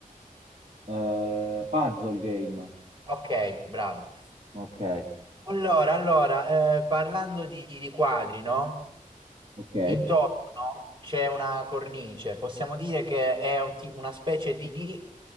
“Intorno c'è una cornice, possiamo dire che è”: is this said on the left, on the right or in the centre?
Right